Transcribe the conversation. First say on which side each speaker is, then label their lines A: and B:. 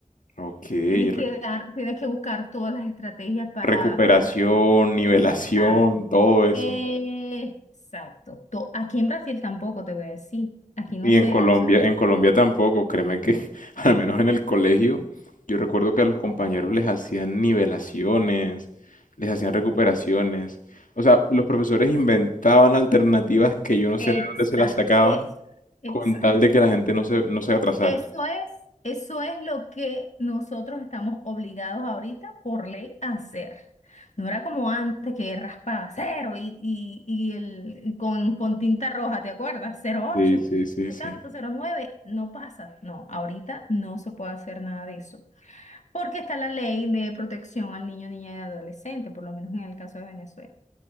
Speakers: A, on the left (about 85°); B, on the left (about 65°).
A: Ok,
B: tienes
A: re-
B: que dar, tienes que buscar todas las estrategias para,
A: recuperación,
B: para que...
A: nivelación,
B: Exacto.
A: todo eso.
B: Eh, exacto. To- Aquí en Brasil tampoco te voy a decir. Aquí no
A: Y
B: se,
A: en Colombia,
B: no se...
A: en Colombia tampoco, créeme que <laughs> al menos en el colegio, yo recuerdo que a los compañeros les hacían nivelaciones, les hacían recuperaciones. O sea, los profesores inventaban alternativas que yo no
B: Exacto.
A: sé de dónde se las sacaban
B: Es, exacto.
A: con tal de que la gente no se, no se atrasara.
B: Eso es, eso es lo que nosotros estamos obligados ahorita por ley a hacer. No era como antes que raspaba cero y, y, y el, y con, con tinta roja, ¿te acuerdas? 08,
A: Sí, sí, sí,
B: no
A: sí.
B: tanto, cero nueve, no pasa. No, ahorita no se puede hacer nada de eso, porque está la ley de protección al niño, niña y adolescente, por lo menos en el caso de Venezuela.